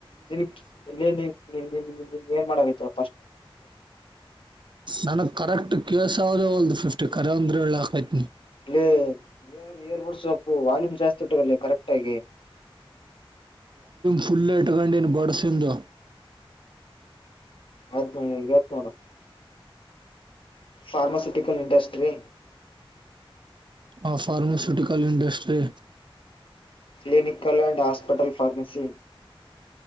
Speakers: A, on the left; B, on the right.
A: ನಿನಿಗ್ ನಿನ್ ನಿನ್ ಏನ್ ಮಾಡಗೈತೋ.
B: ನನಗ್ ಕರೆಕ್ಟ್ ಕೇಳ್ಸ್ ಹೌದು ಒಲ್ದು ಫಿಫ್ಟಿ ಕರೆ ಅಂದ್ರು ಹೇಳಾಕತ್ನಿ.
A: ಲೇ ಇಯರ್ ಬಡ್ಸ್ ಸೊಪ್ಪು ವಾಲ್ಯೂಮ್ ಜಾಸ್ ಚುಟ್ಟು ಬರ್ಲೆ ಕರೆಕ್ಟ ಆಗಿ.
B: ಫುಲ್ಲೇ ಇಟ್ಕೊಂಡಿನ್ ಬಡ್ಸಿಂದು
A: ಮತ್ತ್ ಮುಗಿಯತ್ ನೋಡು ಫಾರ್ಮಾಸಿಟಿಕಲ್ ಇಂಡಸ್ಟ್ರಿ.
B: ಆ pharmaceutical industry.
A: Clinical and hospital pharmacy